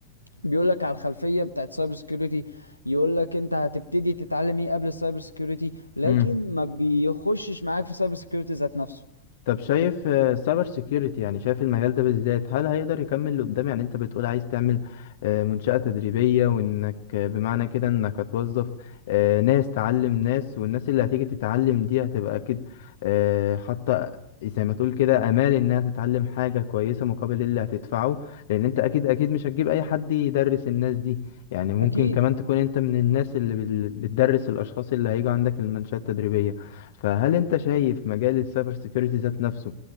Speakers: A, on the left; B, on the left.
A: بيقول لك على الخلفيه بتاعت سايبر سكيورتي يقول لك انت هتبتدي تتعلم ايه قبل السايبر سكيورتي لكن
B: جدا
A: ما بيخشش معاك في سايبر سكيورتي ذات نفسه
B: طب شايف سايبر سيكيورتي يعني شايف المجال ده بالذات هل هيقدر يكمل لقدام يعني انت بتقول عايز تعمل آه، منشأة تدريبية وانك آه، بمعنى كده انك هتوظف آه، ناس تعلم ناس والناس اللي هتيجي تتعلم دي هتبقى اكيد آه، حاطة زي ما تقول كده امال انها تتعلم حاجة كويسة مقابل اللي هتدفعه لان انت اكيد اكيد مش هتجيب اي حد يدرس الناس دي يعني ممكن
A: اكيد
B: كمان تكون انت من الناس اللي بال- بتدرس الاشخاص اللي هيجوا عندك المنشأة التدريبية فهل انت شايف مجال السايبر سيكيورتي ذات نفسه